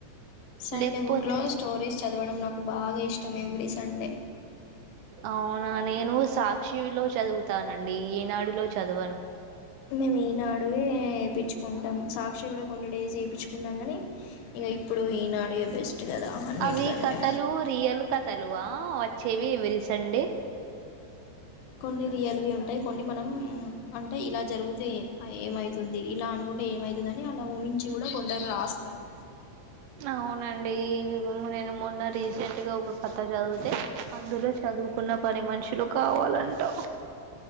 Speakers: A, on the left; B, on the right.
A: సండే
B: లేకపోతే
A: బుక్ లో స్టోరీస్ చదవడం నాకు బాగా ఇష్టం ఎవ్రీ సండే
B: ఆ అవునా నేను సాక్షివిలో చదువుతానండి ఈనాడులో చదువను
A: మేము ఈనాడుయే ఏపిచ్చుకుంటాం సాక్షి కూడా కొన్ని డేస్ ఏపిచ్చుకునం గని ఇగ ఇప్పుడు ఈనాడు యే బెస్ట్ కదా అన్నిటికంటే
B: అవి కథలు రియల్ కథలు ఆ వట్ చెవి ఎవ్రీసండే
A: కొన్ని రియల్విీ ఉంటాయి కొన్ని మనం అంటే ఇలా జరిగుతే ఏమైతుంది ఇలా అనుకుంటే ఏమై <unintelligible> గాని అలా ఊహించి కూడా కొందరు రాస్తారు
B: అవునండి <unintelligible> నేను మొన్న రీసెంట్ గా ఒక కథ చదివితే అందులో చదువుకున్న పని మనుషులు కావాలంటా